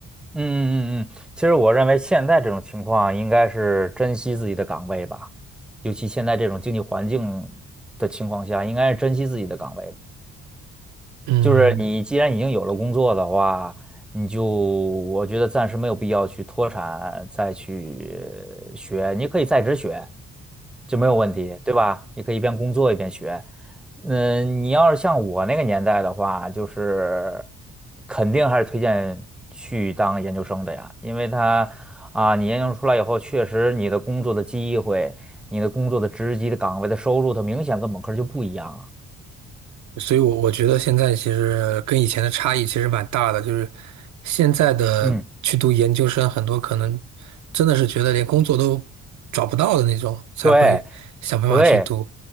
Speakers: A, in the centre; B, on the right (about 70°).
A: 嗯嗯嗯，嗯，其实我认为现在这种情况应该是珍惜自己的岗位吧，尤其现在这种经济环境的情况下，应该是珍惜自己的岗位的。
B: 嗯。
A: 就是你既然已经有了工作的话，你就我觉得暂时没有必要去脱产再去学，你可以在职学，就没有问题，对吧？你可以一边工作一边学。嗯，你要是像我那个年代的话，就是肯定还是推荐去当研究生的呀，因为他啊，你研究生出来以后，确实你的工作的机会、你的工作的职级的岗位的收入，它明显跟本科就不一样啊。
B: 所以我，我觉得现在其实跟以前的差异其实蛮大的，就是现在的去读研究生，
A: 嗯，
B: 很多可能真的是觉得连工作都找不到的那种，才会想办法去读。
A: 对。对，